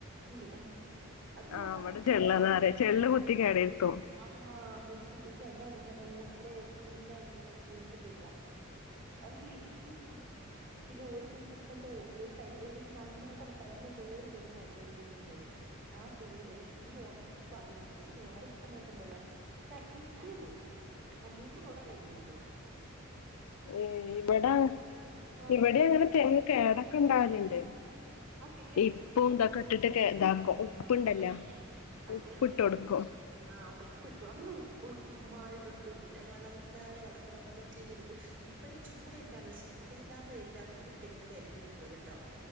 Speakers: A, on the right (about 60°); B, on the left (about 85°).
A: <unintelligible>
B: ആഹ്
A: വന്നങ്ങനെ
B: ഇവടെ ചെള്ള് ന്നറയാ ചെള്ള് കൊത്തി കേടെര്ത്തും
A: അള്ളാ കുത്തി കുത്തി എന്റെക്കം തന്നെ ഓല എല്ലാം ഇങ്ങനെ കുനിച്ചിട്ടേക്കാം അത് തിര്മ്പി വാ പിന്നെ ഒരു തെങ്ങ് തൈ ഒരു തൈ ഒരുവിധം നന്നായിട്ട് വളർന്ന് കേറി വരുന്നായിരുന്നു ഒരു തെങ്ങും തൈ ആ തെങ്ങ് തൈ ഈ ഓണ ബാധിച്ചിട്ട് ഈ ഒണക്ക സമയത്ത്ണ്ടല്ലോ കരിഞ്ഞി പോയി ആ മൂന്ന് ദാ കരിഞ്ഞ് ഇരിക്കുന്നു
B: ഏ ഇവടെ
A: ആ
B: ഇവടി അങ്ങനെ തെങ്ങ് കേടൊക്കെ ഇണ്ടാവല്ണ്ട്
A: ആ കേട്
B: ഇപ്പൊ
A: പക്ഷെ
B: ഇതാകട്ടിട്ട്
A: ഈ ചൂടത്ത്
B: കേ ഇതാക്കും
A: ആ
B: ഉപ്പ്
A: ആ
B: ഇണ്ടല്ലോ
A: അതന്നെ
B: ഉപ്പ്ട്ട്
A: ഇവിടെ
B: കൊടുക്കോ
A: ഇവിടെ ആഹ് ഉപ്പ്ട്ടു നമ്മള് ഉം കുമ്മായ ഇട്ടു കൊടുത്ത് പിന്നെ വളങ്ങളായ വളങ്ങളൊക്കെ ചെയ്ത് കൊടുക്കും ഇപടെ ചൂടേറ്റാണ് സൂര്യാതാപമേറ്റാണ് ഒരു തെങ്ങ് കരിഞ്ഞു പോയത്ട്ടോ